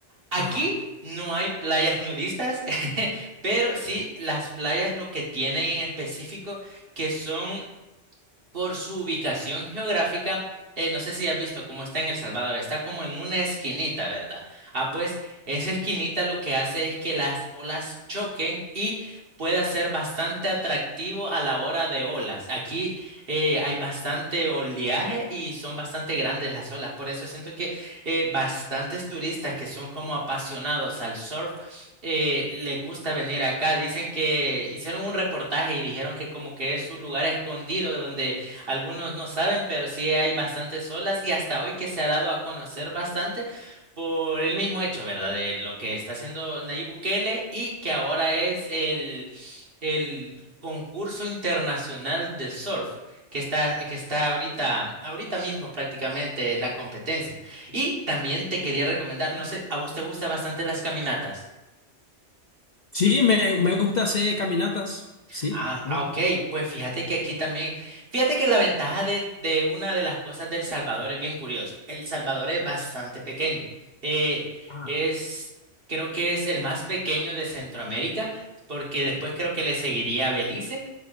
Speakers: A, on the right (about 50°); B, on the left (about 50°).
A: Aquí
B: Ajá.
A: no hay playas nudistas, <laughs> pero sí las playas lo que tienen en específico que son por su ubicación geográfica, eh, no sé si has visto cómo está en El Salvador, está como en una esquinita, ¿verdad? Ah, pues esa esquinita lo que hace es que las olas choquen y pueda ser bastante atractivo a la hora de olas. Aquí eh, hay bastante oleaje y son bastante grandes las olas, por eso siento que eh, bastantes turistas que son como apasionados al surf eh, les gusta venir acá. Dicen que hicieron un reportaje y dijeron que como que es un lugar escondido donde algunos no saben, pero sí hay bastantes olas y hasta hoy que se ha dado a conocer bastante por el mismo hecho, ¿verdad? De lo que está haciendo Nayib Bukele y que ahora es el, el concurso internacional de surf que está, que está ahorita, ahorita mismo prácticamente la competencia. Y también te quería recomendar, no sé, ¿a vos te gustan bastante las caminatas?
B: Sí, me, me gusta hacer caminatas, sí.
A: Ah,
B: me
A: ah,
B: gusta.
A: ok, pues fíjate que aquí también, fíjate que la ventaja del- de, una de las cosas del Salvador es bien curiosa. El Salvador es bastante pequeño. Eh,
B: Ah,
A: es, creo que es el más pequeño de Centroamérica, porque después creo que le seguiría Belice,